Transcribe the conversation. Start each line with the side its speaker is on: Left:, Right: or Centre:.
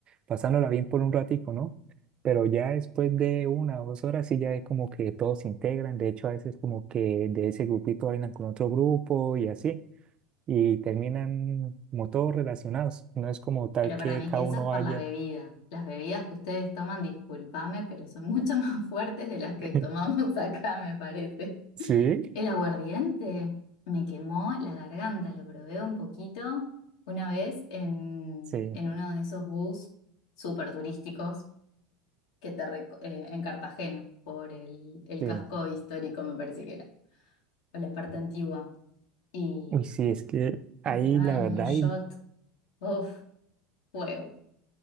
Right: pasándola bien por un ratico, ¿no? Pero ya después de una o dos horas sí ya es como que todos se integran, de hecho a veces como que de ese grupito bailan con otro grupo y así, y terminan como todos relacionados, no es como tal
Left: Pero para
Right: que
Left: mí
Right: cada
Left: que eso
Right: uno
Left: es por
Right: vaya.
Left: la bebida. Las bebidas que ustedes toman, discúlpame, pero son mucho <laughs> más fuertes de las que
Right: <laughs>
Left: tomamos acá, me parece.
Right: Sí,
Left: El aguardiente me quemó la garganta, lo probé un poquito una vez en,
Right: Sí,
Left: en uno de esos bus súper turísticos que te reco- eh, en Cartagena, por el, el
Right: sí.
Left: casco histórico, me parece que era, o la parte antigua, y,
Right: Uy, sí, es que ahí
Left: y te daban
Right: la verdad,
Left: un shot,
Right: hay-
Left: uff, fuego.